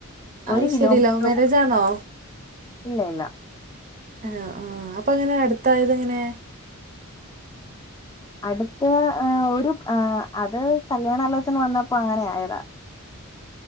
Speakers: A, on the right (about 40°); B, on the left (about 15°).
A: അത്
B: ഒരു കിലോമീറ്ററ്
A: ശരി ലവ് മാരേജ്
B: പോലും
A: ആണോ
B: ഇല്ല ഇല്ല
A: ആഹ് അപ്പൊ അങ്ങനെ അടുത്തായത് എങ്ങനെ?
B: അടുത്ത് ഒരു അത് കല്യാണാലോചന വന്നപ്പോ അങ്ങനെ ആയതാ